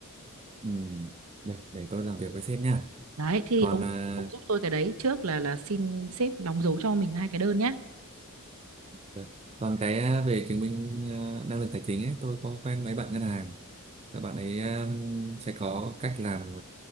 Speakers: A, on the right; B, on the right.
A: ừ. được để tôi làm việc với sếp nha
B: đấy thì
A: còn
B: ông
A: à,
B: ông giúp tôi cái đấy trước là là xin sếp đóng dấu cho mình hai cái đơn nhé
A: được. còn cái à, về chứng minh à, năng lực tài chính ấy tôi có quen mấy bạn ngân hàng các bạn ấy um, sẽ có cách làm